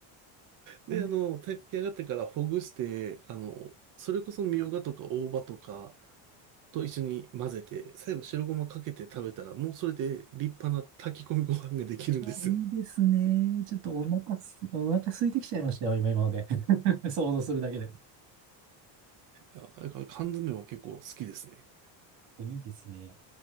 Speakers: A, on the right; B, on the right.
A: で、
B: ー。いや
A: あの、炊き上がってからほぐして、あの、それこそみょうがとか大葉とかと一緒に混ぜて、最後白ごまかけて食べたら、もうそれで立派な炊き込みご飯ができるんですよ。
B: ーいいですね。ちょっとお腹す、お腹空いてきちゃいましたよ、今、今ので。<laughs> 想像するだけで。
A: あだから缶詰は結構好きですね。
B: いいですね。